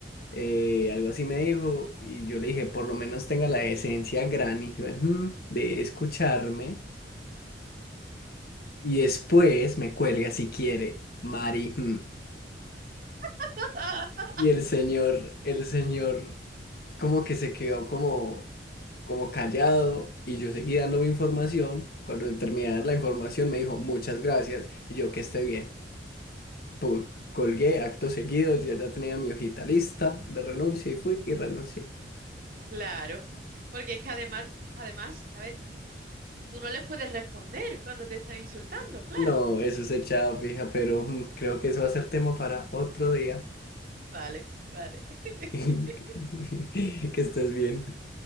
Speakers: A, on the right (about 50°); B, on the left (about 60°).
A: ujú.
B: eh, algo así me dijo y yo le dije por lo menos tenga la decencia gran hijo de, "Mm", de escucharme y después me cuelga si quiere, Mari. "Mm".
A: <laughs>
B: Y el señor, el señor como que se quedó como, como callado y yo seguí dando mi información. Cuando terminé de dar la información me dijo muchas gracias y yo que esté bien. Pum, colgué acto seguido, yo ya tenía mi hojita lista de renuncia y fui y renuncié.
A: Claro. Porque es que además, además, a ver, tú no les puedes responder cuando te están insultando, claro.
B: No, eso es echada fija, pero mm, creo que eso va a ser tema para otro día.
A: Vale, vale. <laughs>
B: <laughs> Que estés bien.